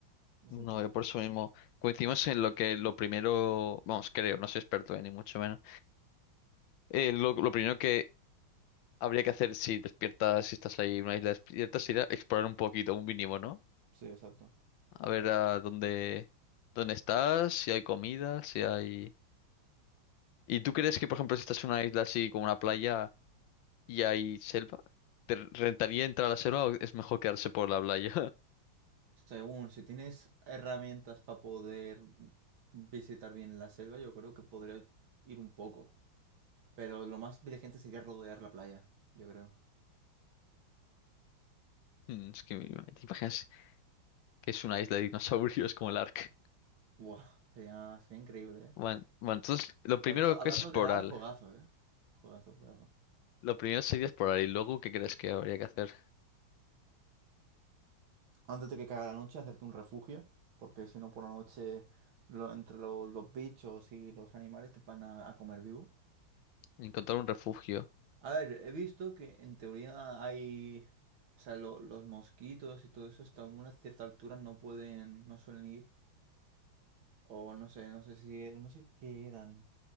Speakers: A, on the right; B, on the left.
A: Decente.
B: No, yo por eso mismo coincidimos en lo que lo primero, vamos, creo, no soy experto, eh, ni mucho menos. Eh, lo, lo primero que habría que hacer si despiertas, si estás ahí en una isla despierta, sería explorar un poquito, un mínimo, ¿no?
A: Sí, exacto.
B: A ver a dónde, dónde estás, si hay comida, si hay... ¿Y tú crees que, por ejemplo, si estás en una isla así como una playa y hay selva, te rentaría entrar a la selva o es mejor quedarse por la playa? <laughs>
A: Según, si tienes herramientas para poder visitar bien la selva, yo creo que podría ir un poco. Pero lo más inteligente sería rodear la playa, yo creo.
B: Mm, Es que me- te imaginas que es una isla de dinosaurios como el Ark.
A: Buah, sería, sería increíble, ¿eh?
B: Bueno, bueno, entonces lo primero
A: Hablando, hablando
B: que es explorar.
A: de dar, juegazo, ¿eh? Juegazo, juegazo.
B: Lo primero sería explorar y luego ¿qué crees que habría que hacer?
A: Antes de que caiga la noche, hacerte un refugio, porque si no, por la noche, lo- entre lo- los bichos y los animales te van a, a comer vivo.
B: Encontrar un refugio.
A: A ver, he visto que en teoría hay, o sea, lo- los mosquitos y todo eso hasta una cierta altura no pueden, no suelen ir, o no sé, no sé si, no sé qué eran.